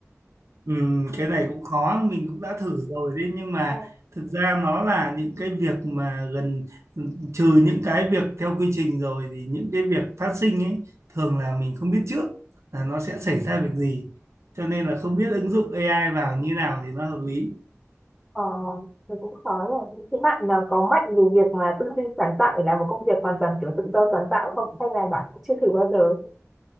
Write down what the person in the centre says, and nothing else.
Ờ,
ờ, thì cũng khó rồi. Thế bạn là có mạnh về việc mà tư duy sáng tạo để làm một công việc hoàn toàn kiểu tự do sáng tạo không? Hay là bạn cũng chưa thử bao giờ?